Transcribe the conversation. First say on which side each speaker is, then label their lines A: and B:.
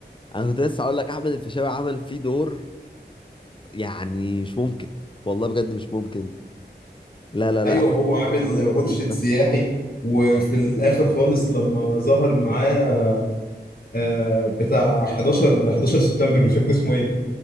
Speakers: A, on the left (about 30°); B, on the left (about 55°).
A: انا كنت لسه اقول لك احمد الفيشاوي عمل فيه دور يعني مش ممكن والله بجد مش ممكن لا لا لا
B: ايوه
A: احمد
B: هو
A: الفيشاوي
B: عامل
A: عمل دور
B: مرشد
A: رهيب
B: سياحي وفي
A: اه
B: الاخر خالص لما ظهر معاه آه بتاع 11 11 سبتمبر مش فاكر اسمه إيه.